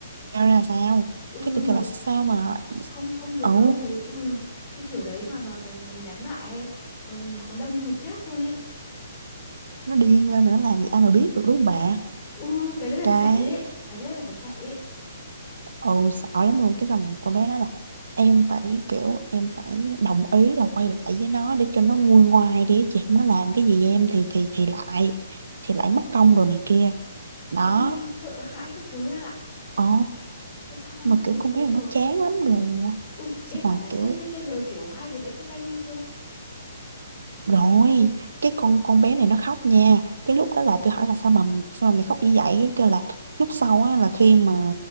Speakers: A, on the right; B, on the left.
A: dao ra sao
B: ừ,
A: cái tôi
B: nó
A: kêu là sao mà
B: không không được
A: ừ
B: đâu Nếu ừ Cái kiểu đấy mà mà mình mình, mình đánh lại ấy, nó, nó nó đâm như một nhát luôn ấy
A: nó điên lên nữa làm gì ai mà biết được đúng không bà
B: Ừ cái đấy là
A: cái
B: chạy ấy Phải cái đấy là phải chạy ấy
A: ừ sợ lắm luôn cái xong rồi con bé nói là em phải kiểu em phải đồng ý là quay lại với nó để cho nó nguôi ngoai đi chị nó làm cái gì em thì thì thì lại thì lại mất công rồi này kia đó
B: Ui sợ hãi các thứ ạ
A: ồ
B: Tại sao mà
A: mà
B: nó có thể
A: kiểu con
B: như thế
A: bé này
B: được
A: nó chán lắm rồi
B: Ừ
A: xong
B: em
A: rồi
B: bảo này
A: kiểu
B: sếp thế bây giờ kiểu hai đứa đã chia tay nhau chưa
A: rồi cái con con bé này nó khóc nha cái lúc đó là tôi hỏi là sao mà sao mà mày khóc như vậy cái kêu là lúc sau á, là khi mà